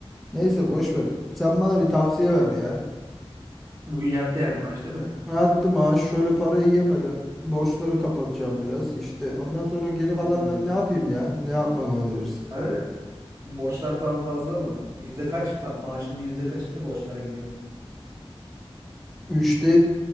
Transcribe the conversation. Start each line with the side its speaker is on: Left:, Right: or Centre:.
Centre: neyse boş ver. Sen bana bir tavsiye ver ya.
Right: Bugün yattı yani maaş değil mi?
Centre: Attı maaş şöyle parayı yemeden borçları kapatacağım biraz. İşte ondan sonra geri kalanlar
Right: Hmm.
Centre: ne yapayım ya? Ne yapmamı önerirsin?
Right: Abi borçlar falan fazla mı? Yüzde kaç? pa- maaşının yüzde kaçı borçlara gidiyor?
Centre: Üçte